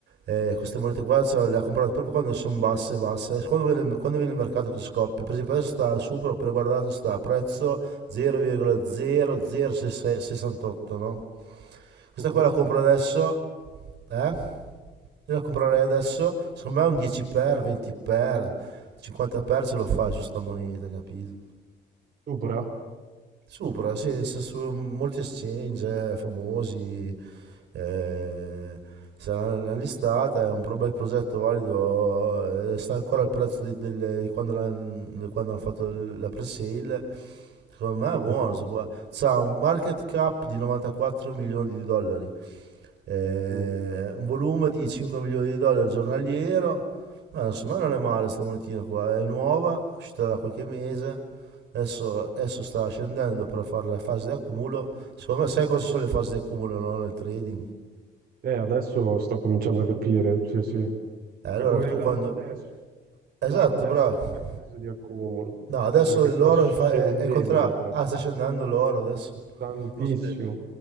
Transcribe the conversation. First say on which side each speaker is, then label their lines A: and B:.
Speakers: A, on the right (about 70°); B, on the right (about 50°).
A: eh, queste monete qua cioè, le ha comprate proprio quando sono basse, basse. Quando viene, quando viene il mercato che scoppia. Per esempio adesso sta super, ho appena guardato, sta a prezzo 0,00668, no? Questa
B: Mhm.
A: qua la compro adesso, eh? Io la comprerei adesso, secondo me un 10x, 20x, 50x se lo fai su sta moneta, capito?
B: Sopra? <laughs>
A: Supra, sì, sta su molti exchange eh, famosi, eh, sarà nella listata, è un pro- bel progetto valido, eh, sta ancora al prezzo di, del- di quando, l'han- di quando hanno fatto il- la pre-sale, secondo me
B: Ho
A: è buono,
B: capito.
A: sto qua. C'ha un market cap di 94 milioni di dollari, eh,
B: Mm.
A: un volume di 5 milioni di dollari giornaliero, ma insomma non è male sta monetina qua, è nuova, è uscita da qualche mese, adesso, adesso sta scendendo per fare la fase di accumulo, secondo me sai cosa sono le fasi di accumulo no? nel trading?
B: Eh, adesso sto cominciando a capire, sì, sì.
A: Eh, allora
B: È come
A: tu
B: l'oro
A: quando...
B: adesso.
A: Esatto,
B: L'oro adesso
A: bravo.
B: è in fase di accumulo,
A: No, adesso
B: perché
A: l'oro
B: sta scendendo
A: è, in fa- è, è contrario.
B: proprio
A: Ah, sta scendendo l'oro adesso.
B: tantissimo.
A: Non so più.